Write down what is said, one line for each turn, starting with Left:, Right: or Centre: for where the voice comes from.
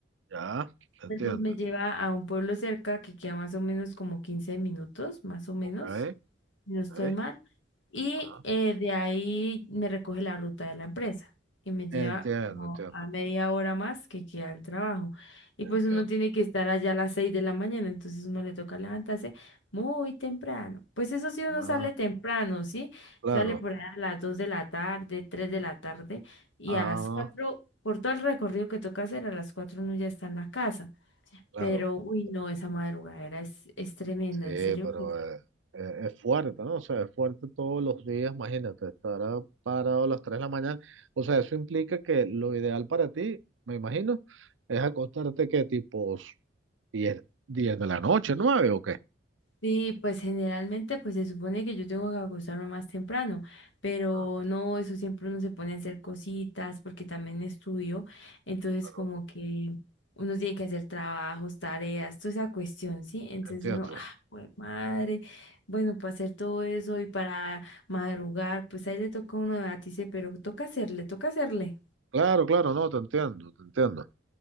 Right: ya, entiendo,
Left: El bus me lleva a un pueblo cerca que queda más o menos como 15 minutos, más o menos,
Right: ok,
Left: si no estoy
Right: ok,
Left: mal. Y
Right: ajá,
Left: eh, de ahí me recoge la ruta de la empresa y me
Right: entiendo,
Left: lleva como
Right: entiendo,
Left: a media hora más que queda el trabajo. Y
Right: entiendo,
Left: pues uno tiene que estar allá a las 6 de la mañana, entonces uno le toca levantarse muy temprano. Pues eso sí, uno
Right: ah,
Left: sale temprano, ¿sí?
Right: claro,
Left: Sale por ahí a las 2 de la tarde, tres de la tarde y
Right: ah,
Left: a las cuatro por todo el recorrido que toca hacer, a las 4 uno ya está en la casa.
Right: claro,
Left: Pero, uy,
Right: pero-
Left: no, esa madrugadera es, es tremenda,
Right: sí,
Left: en serio
Right: pero
Left: que
Right: eh, eh, es fuerte, ¿no? O sea, es fuerte todos los días, imagínate, estar ah, parado a las 3 de la mañana, o sea, eso implica que lo ideal para ti, me imagino, es acostarte que tipo 10, 10 de la noche, 9 o qué,
Left: sí, pues generalmente pues se supone que yo tengo que acostarme más temprano, pero
Right: ah,
Left: no, eso siempre uno se pone a hacer cositas porque también estudio, entonces
Right: claro,
Left: como que uno tiene que hacer trabajos, tareas, toda esa cuestión, ¿sí? Entonces
Right: entiendo,
Left: uno, ah, jue madre, bueno, para hacer todo eso y para madrugar, pues ahí le toca a uno debatirse, pero toca hacerle, toca hacerle.
Right: claro, claro, no, te entiendo, te entiendo.